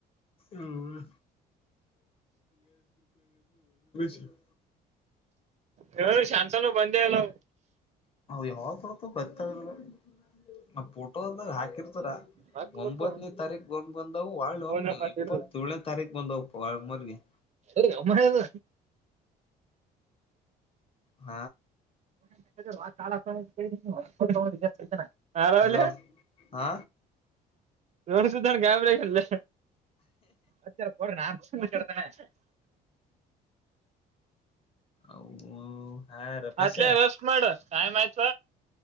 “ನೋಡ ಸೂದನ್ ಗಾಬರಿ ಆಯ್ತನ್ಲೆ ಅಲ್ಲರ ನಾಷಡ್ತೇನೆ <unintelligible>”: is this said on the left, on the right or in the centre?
Right